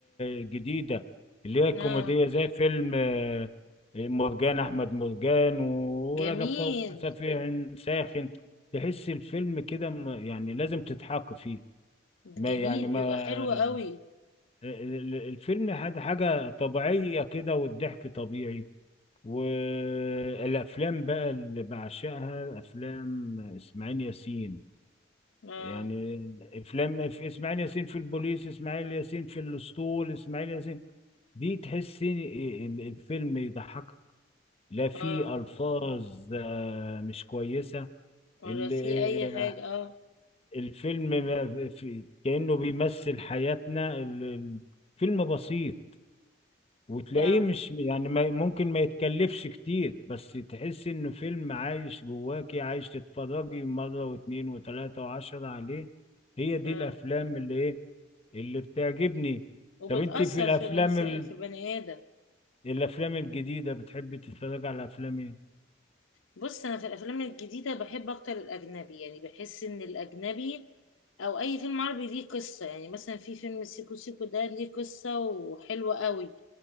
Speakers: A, on the left; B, on the left.
A: الجديدة اللي هي الكوميدية
B: اه
A: زي فيلم آه، مرجان أحمد مرجان ورجب
B: جميل
A: فوق سفيه ساخن تحس الفيلم كده ما- يعني لازم تضحك فيه
B: جميل
A: ما يعني ما
B: بيبقى حلو
A: آه،
B: قوي
A: ال- ال- الفيلم حاجة حاجة طبيعية كده والضحك طبيعي والأفلام بقى اللي بعشقها أفلام إسماعيل ياسين
B: اه
A: يعني افلام في اسماعيل ياسين في البوليس اسماعيل ياسين في الاسطول اسماعيل ياسين دي تحس إن ال- الفيلم يضحك لا في
B: اه
A: الفاظ آه، مش كويسه
B: ولا
A: ال-
B: في اي
A: آه،
B: حاجة اه
A: الفيلم ما في كانه بيمثل حياتنا ال- ال- فيلم بسيط وتلاقيه
B: فاهم
A: مش يعني ما- ممكن ما يتكلفش كتير بس تحس انه فيلم عايش جواكي عايش تتفرجي مرة واتنين وتلاتة وعشرة عليه هي دي
B: اه
A: الافلام اللي ايه اللي بتعجبني
B: وبتأثر
A: طب انت في الافلام
B: في الإنس...
A: ال...
B: في بني آدم
A: الافلام الجديده بتحبي تتفرج على افلام ايه
B: بص انا في الافلام الجديدة بحب اكتر الاجنبي يعني بحس ان الاجنبي او اي فيلم عربي ليه قصة يعني مثلا في فيلم سيكو سيكو ده ليه قصة وحلوة قوي